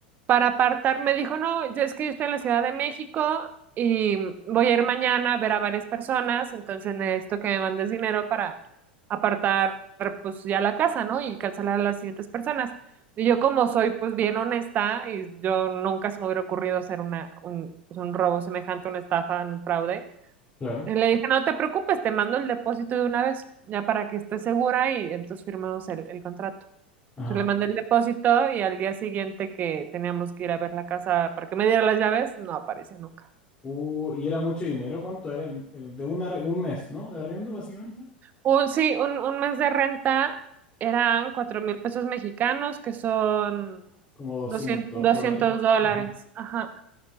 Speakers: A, on the right (about 35°); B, on the left (about 20°).
A: para apartar, me dijo, no, yo es que yo estoy en la Ciudad de México y voy a ir mañana a ver a varias personas, entonces necesito que me mandes dinero para apartar, pues ya la casa, ¿no? Y cancelar a las siguientes personas. Y yo como soy pues bien honesta y yo nunca se me hubiera ocurrido hacer una, un, pues, un robo semejante, una estafa, un fraude,
B: Claro,
A: y le dije, no te preocupes, te mando el depósito de una vez, ya para que estés segura y entonces firmamos el, el contrato.
B: ajá.
A: Entonces le mandé el depósito y al día siguiente que teníamos que ir a ver la casa para que me diera las llaves, no apareció nunca.
B: Uh, y era mucho dinero, ¿cuánto era? El, el de una, arri- un mes, ¿no? De arriendo, básicamente.
A: Un, sí, un, un mes de renta eran cuatro mil pesos mexicanos, que son
B: Como 200
A: doscientos doscientos
B: dólares.
A: dólares.
B: Ajá.
A: Ajá,